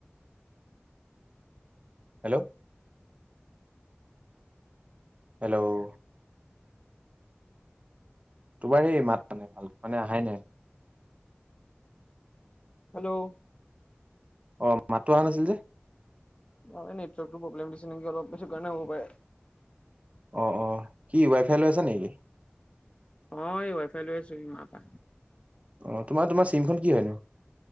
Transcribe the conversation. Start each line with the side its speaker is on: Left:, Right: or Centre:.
Right: হেল্ল' হেল্ল' তোমাৰ সেই মাত মানে ভাল মানে আহাই নাই
Left: হেল্ল'
Right: অ মাতটো অহা নাছিল যে
Left: অ নেটৰ্কটো প্ৰব্লেম দিছে নেকি অলপ সেইটো কাৰণে হ'ব পাৰে
Right: অ অ কি ৱাই ফাই লৈ আছা নেকি?
Left: অ এই ৱাইফাই লৈ আছো ই মা পা
Right: অ তোমাৰ তোমাৰ চিমখন কি হয় নো।